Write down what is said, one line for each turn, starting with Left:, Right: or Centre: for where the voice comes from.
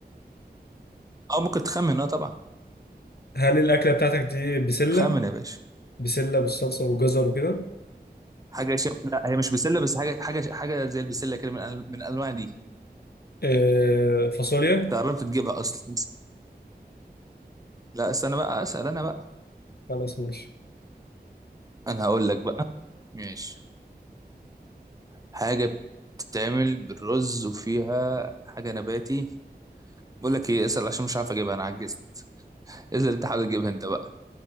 Right: أو ممكن تخمن أه طبعا
Left: هل الاكله بتاعتك دي بسله
Right: خمن يا باشا
Left: بسله بالصلصه وجزر وكده
Right: حاجة شب... لا هي مش بسلة بس حاجة حاجة حاجة زي البسلة كده من أن- من الأنواع دي
Left: آه، فاصوليا
Right: أنت قربت تجيبها أصلا لا استنى بقى أسأل أنا بقى
Left: خلاص ماشي
Right: أنا هقول لك بقى ماشي حاجة بتتعمل بالرز وفيها حاجة نباتي بقول لك إيه اسأل عشان مش عارف أجيبها أنا عجزت اسأل أنت حاول تجيبها أنت بقى